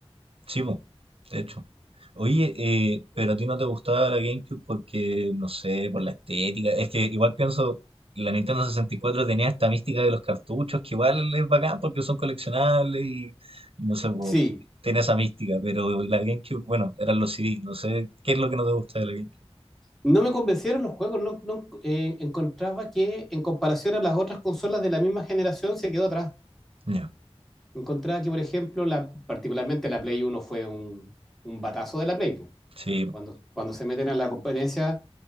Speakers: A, on the right; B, in the centre.
A: Sí, po, de hecho. Oye, eh, pero a ti no te gustaba la GameCube porque, no sé, por la estética. Es que igual pienso, la Nintendo 64 tenía esta mística de los cartuchos, que igual es bacán porque son coleccionables y, y no sé, po,
B: Sí,
A: tiene esa mística. Pero la GameCube, bueno, eran los CDs. No sé, ¿qué es lo que no te gusta de la GameCube?
B: no me convencieron los juegos. No, no, eh, encontraba que en comparación a las otras consolas de la misma generación se quedó atrás.
A: Ya,
B: Encontraba que, por ejemplo, la, particularmente la Play Uno fue un, un batazo de la Play, pues.
A: Sí,
B: cuando, cuando se meten a la competencia.